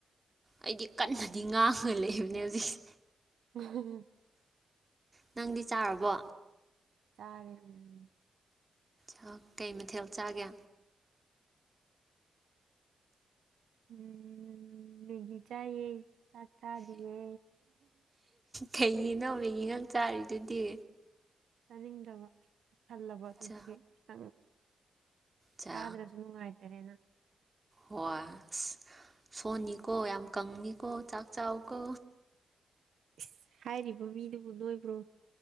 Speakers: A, on the right; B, on the right.
A: ꯑꯩꯗꯤ ꯀꯟꯅꯗꯤ ꯉꯥꯡꯉ ꯂꯩꯕꯅꯦ ꯍꯧꯖꯤꯛꯁꯦ
B: <unintelligible>
A: ꯅꯪꯗꯤ ꯆꯥꯔꯕꯣ
B: ꯆꯥꯔꯦ ꯎꯝ
A: ꯆꯥꯛꯇꯤ ꯀꯩ ꯃꯊꯦꯜ ꯆꯥꯒꯦ
B: ꯎꯝ ꯃꯦꯒꯤ ꯆꯥꯏꯌꯦ ꯆꯥꯛ ꯆꯥꯗꯤꯌꯦ
A: ꯀꯩꯒꯤꯅꯣ ꯃꯦꯒꯤ ꯈꯛ ꯆꯥꯔꯤꯗꯨꯗꯤ
B: ꯆꯥꯅꯤꯡꯗꯕ ꯊꯜꯂꯕ ꯑꯗꯨꯗꯨꯒꯤ
A: ꯆꯥ
B: ꯈꯤꯇꯪ
A: ꯆꯥ
B: ꯆꯥꯗ꯭ꯔꯁꯨ ꯅꯨꯡꯉꯥꯏꯇꯔꯦꯅ
A: ꯍꯣꯏ ꯑꯁ ꯁꯣꯟꯅꯤꯀꯣ ꯌꯥꯝ ꯀꯪꯅꯤꯀꯣ ꯆꯥꯛ ꯆꯥꯎꯀꯣ
B: ꯏꯁ ꯍꯥꯏꯔꯤꯕ ꯃꯤꯗꯨꯕꯨ ꯅꯣꯏꯕ꯭ꯔꯣ